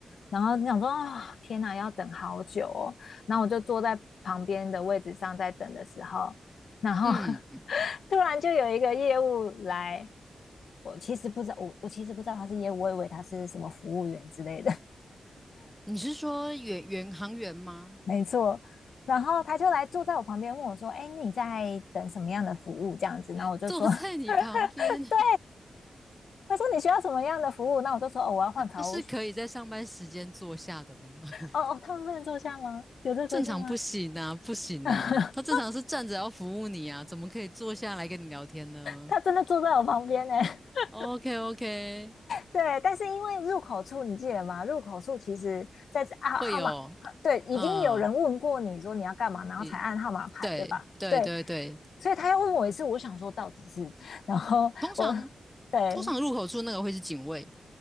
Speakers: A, on the left; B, in the centre.
A: 然后想说啊、天哪，要等好久哦。然后我就坐在旁边的位置上在等的时候，然后
B: 嗯，
A: <laughs> 突然就有一个业务来，我其实不知道，我我其实不知道他是业务，我以为他是什么服务员之类的。
B: 你是说远远航员吗？
A: 没错。然后他就来坐在我旁边问我说：“哎，你在等什么样的服务？”这样子，然后我就说：
B: <laughs> 坐在你旁边，
A: “<laughs> 对。”他说你需要什么样的服务？”那我就说：“哦，我要换卡。”我
B: <laughs> 他是可以在上班时间坐下的吗？<laughs>
A: 哦哦，他们不能坐下吗？有这规定吗？
B: 正常不行啊，不行啊，
A: <laughs>
B: 他正常是站着要服务你啊，怎么可以坐下来跟你聊天呢
A: 他真的坐在我旁边呢。<laughs>
B: ？OK OK，
A: 对，但是因为入口处，你记得吗？入口处其实在啊号码，
B: 会有，
A: 对，已经有人问过你说你要干嘛，
B: 嗯，
A: 然后才按号码牌，
B: 你对对对对，
A: 对吧？对，所以他要问我一次，我想说到底是，然后我
B: 通常
A: 对，
B: 通常入口处那个会是警卫，